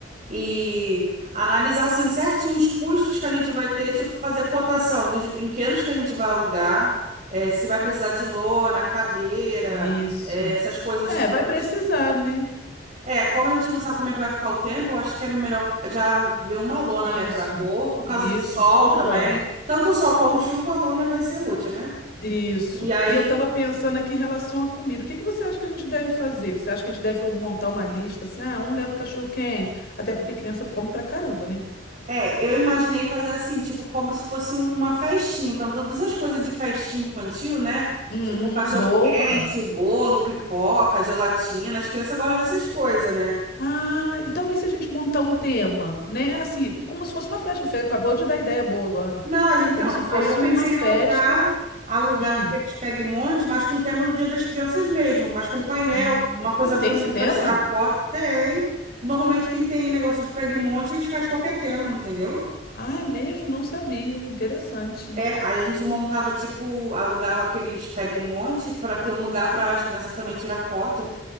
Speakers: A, on the right (about 35°); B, on the left (about 50°).
A: E analisar, assim, certinho os custos que a gente vai ter, tipo, fazer cotação dos brinquedos que a gente vai alugar, eh, se vai precisar de lona, cadeira,
B: isso.
A: eh, essas coisas
B: É,
A: todas.
B: vai precisar, né?
A: É, como a gente não sabe como é que vai ficar o tempo, eu acho que é melhor já ver uma lona,
B: Isso,
A: né, para pôr, por causa
B: isso,
A: do sol
B: show de
A: também.
B: bola.
A: Tanto sol como chuva, a lona vai ser útil, né?
B: Isso.
A: E aí.
B: E eu estava pensando aqui em relação à comida. O que que você acha que a gente deve fazer? Você acha que a gente deve montar uma lista assim? Ah, um leva cachorro-quente. Até porque criança come pra caramba, né?
A: É, eu imaginei fazer assim, tipo, como se fosse uma festinha. Então, todas as coisas de festinha infantil, né?
B: Hum,
A: Tipo, cachorro-quente,
B: boa.
A: bolo, pipoca, gelatina. As crianças gostam dessas coisas, né?
B: Ah, e talvez se a gente montar um tema, né? Assim, como se fosse uma festa. Você acabou de dar ideia boa agora.
A: Não, a gente- então,
B: Como se fosse
A: aí eu pensei
B: uma festa.
A: em alugar, alugar
B: Hum.
A: aqueles pegue-monte, mas com o tema do Dia das Crianças mesmo, mas com painel,
B: Ah,
A: uma coisa
B: e tem
A: bonita
B: esse tema?
A: para tirar foto. Tem. Normalmente, quem tem negócio de pegue-monte, a gente faz qualquer tema, entendeu?
B: Ah, é mesmo? Não sabia. Interessante.
A: É, aí a gente montava, tipo, alugava aqueles peg-monte para ter um lugar para as crianças também tirar foto.